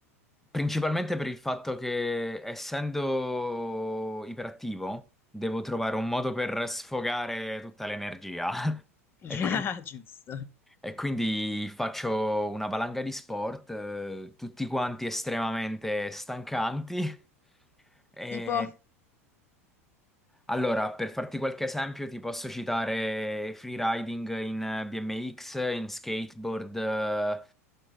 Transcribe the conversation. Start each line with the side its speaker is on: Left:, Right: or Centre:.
Centre: principalmente per il fatto che essendo iperattivo devo trovare un modo per sfogare tutta l'energia. <laughs>
Left: <laughs> Già,
Centre: E quindi
Left: Giusto.
Centre: E quindi faccio una valanga di sport, eh, tutti quanti estremamente stancanti. E
Left: Tipo,
Centre: allora, per farti qualche esempio, ti posso citare freeriding in BMX, in skateboard, eh,